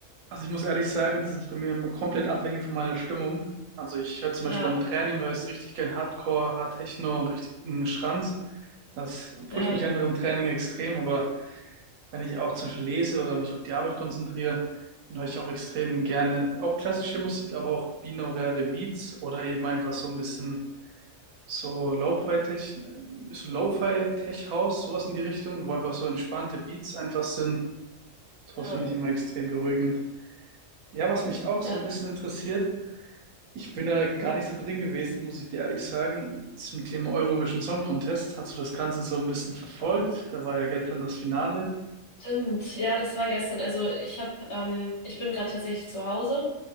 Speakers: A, on the right (about 75°); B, on the left (about 55°).
A: Also ich muss ehrlich sagen, das ist bei mir immer komplett abhängig von meiner Stimmung. Also ich höre zum
B: Ja,
A: Beispiel beim Training, höre ich richtig gern Hardcore, Hard Techno und richtigen Schranz. Das pusht
B: ja,
A: mich einfach im Training extrem, aber wenn ich auch zum Beispiel lese oder mich auf die Arbeit konzentriere, dann höre ich auch extrem gerne auch klassische Musik, aber auch binaurale Beats oder eben einfach so ein bisschen so Lo-Fi-Tech, äh, so Lo-Fi-Tech-House, sowas in die Richtung, wo einfach so entspannte Beats einfach sind. Sowas
B: ja,
A: finde ich immer extrem beruhigend. Ja, was mich auch
B: ja.
A: so ein bisschen interessiert, ich bin da gar nicht so drin gewesen, muss ich dir ehrlich sagen, zum Thema Eurovision Song Contest. Hast du das Ganze so ein bisschen verfolgt?
B: Boah.
A: Da war ja gestern das Finale.
B: Stimmt, ja, das war gestern. Also ich habe, ähm, ich bin gerade tatsächlich zu Hause.